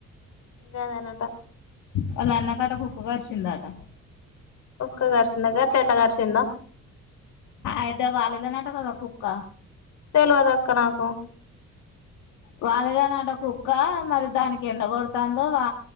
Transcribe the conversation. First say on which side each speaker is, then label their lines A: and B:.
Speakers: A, on the left; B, on the left.
A: ఇకా అదేనాటా
B: వాళ్ళ అన్నకాట, కుకు కరిచిందాట
A: కుక్క కరిసిందంట, అట్లా ఎట్లా కరిసింద
B: ఐతే వాళ్లదేంటాకదా కుక్క
A: తెలివాదు, అక్క నాకు
B: వాాలేదానంట కుక్క మరి దానికి ఎండ కొడుతుందో వా